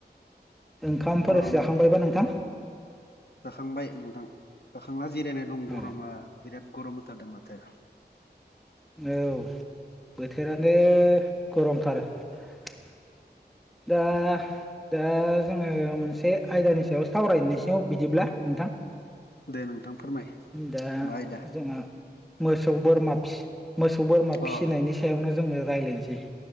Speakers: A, in the centre; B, on the left.
A: ओंखामफोर
B: गरम
A: जाखांबायबा नोंथां
B: जाखांबाय नोंथां जाखांना जिरायनाय दं
A: औ
B: गरमा बिराद गरम होथारदों माथो
A: औ बोथोरानो गरमथार <inaudible> दा दा जोङो मोनसे आयदानि सायाव सावरायनायसायाव बिदिब्ला नोंथां
B: दे नोंथां फोरमाय
A: दा
B: बायदा
A: जोंहा मोसौ बोरा मोसौ बोरमा फिसिनायनि
B: अ
A: सायावनो जोङो रायज्लायनोसै